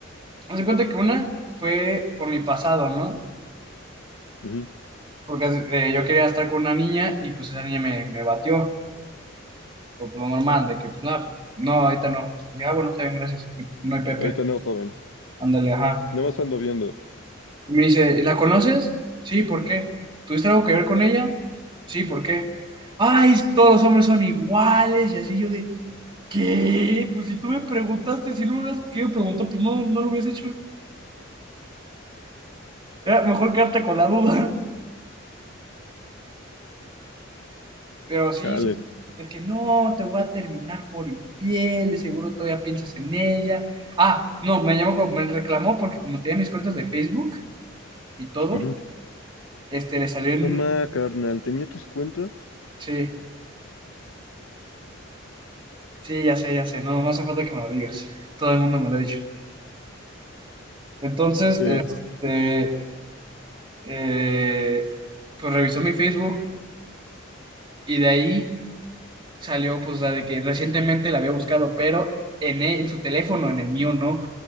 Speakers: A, on the right; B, on the left.
A: Haz de cuenta que una fue por mi pasado, ¿no?
B: Ujú.
A: Porque haz- eh, yo quería estar con una niña y pues esa niña me, me batió. Pues, pues, normal, de que, pues, nada, pues, no, ahorita no. Y dije, ah, bueno, está bien, gracias. No hay Pepe.
B: Ahorita no, joven,
A: Ándale, ajá.
B: nada más ando viendo.
A: Y me dice, ¿y la conoces? Sí, ¿por qué? ¿Tuviste algo que ver con ella? Sí, ¿por qué? Ay, es- todos los hombres son iguales. Y así yo de, ¿qué? Pues si tú me preguntaste, si no me hubieras querido preguntar, pues no, no lo hubiese hecho. Era mejor quedarte con la duda. <laughs> Pero sí,
B: Dale.
A: se- de que no, te voy a terminar por infiel, de seguro todavía piensas en ella. Ah, no, me llamó, como- me reclamó porque como tenía mis cuentas de Facebook. y todo,
B: Ujú.
A: este, le salió en...
B: No ma, carnal, ¿tenía tus cuentas?
A: Sí, sí, ya sé, ya sé, no, no hace falta que me lo digas, todo el mundo me lo ha dicho. Entonces,
B: Sí.
A: este, eh, pues revisó mi Facebook y de ahí salió, pues, la de que recientemente la había buscado, pero en, e- en su teléfono, en el mío no,